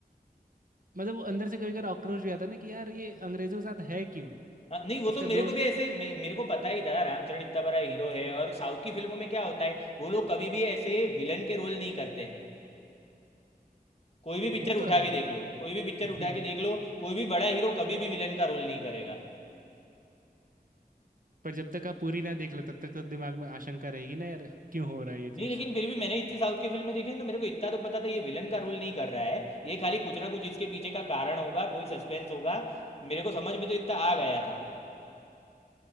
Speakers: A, on the right; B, on the left.
A: मतलब वो अंदर से कभी कभी आक्रोश भी आता है ना कि यार ये अंग्रेजों के साथ है क्यों
B: हाँ, नहीं वो
A: इसका
B: तो मेरे
A: दोस्त
B: को भी ऐसे मे, मेरे को पता ही था रामचरण इतना बड़ा हीरो है और साउथ की फिल्मों में क्या होता है वो लोग कभी भी ऐसे विलन के रोल नहीं करते हैं कोई भी पिक्चर
A: वो
B: उठा
A: तो है
B: के देख लो कोई भी पिक्चर
A: <laughs>
B: उठा के देख लो कोई भी बड़ा हीरो कभी भी विलन का रोल नहीं करेगा
A: पर जब तक आप पूरी ना देख लो तब तक तो दिमाग में आशंका रहेगी ना यार क्यों
B: हाँ।
A: हो रहा है ये चीज़
B: नहीं लेकिन फिर भी मैंने इतनी साउथ की फिल्में देखी हैं तो मेरे को इतना तो पता था ये विलन का रोल नहीं कर रहा है ये खाली कुछ ना कुछ इसके पीछे का कारण होगा कोई सस्पेंस होगा मेरे को समझ में तो इतना आ गया था